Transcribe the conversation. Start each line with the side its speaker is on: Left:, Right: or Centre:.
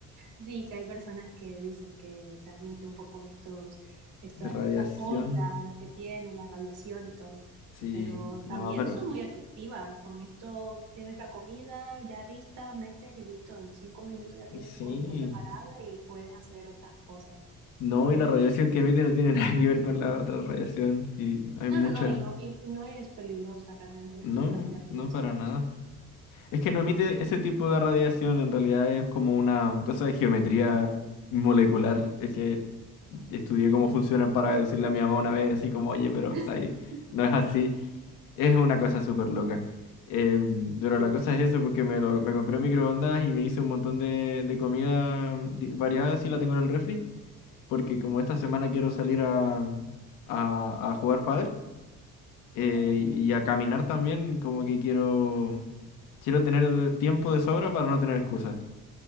Right: Sí, que hay personas que dicen que transmite un poco estos, esta-
Left: De radiación,
Right: estas ondas que tiene la radiación y todo,
Left: sí,
Right: pero
Left: no,
Right: también
Left: pero
Right: son muy efectivas. Con esto tienes la comida ya lista, metes y listo. En cinco minutos ya tienes
Left: sí.
Right: tu comida preparada y puedes hacer otras cosas.
Left: No,
Right: A mí
Left: y la
Right: me
Left: radiación
Right: viene-
Left: que emite no tiene <laughs> nada que ver con la otra radiación. Sí, hay
Right: No,
Left: mucha.
Right: no, no, y no, y, y no es peligrosa realmente, no
Left: No,
Right: es una cantidad peligrosa
Left: no para
Right: para
Left: nada.
Right: el
Left: Es que no emite ese tipo de radiación, en realidad es como una cosa de geometría molecular. Es que estudié cómo funcionan para decirle a mi mamá una vez, así como, oye, pero
Right: <laughs>
Left: está ahí. No es así. Es una cosa súper loca. Em, pero
Right: Sí,
Left: la cosa es eso, porque me, lo- me compré microondas y me hice un montón de, de comida mm, di- variada, y la tengo en el refri. porque como esta semana quiero salir a, a, a jugar pádel eh,
Right: ok.
Left: y a caminar también, como que quiero, quiero tener tiempo de sobra para no tener excusas.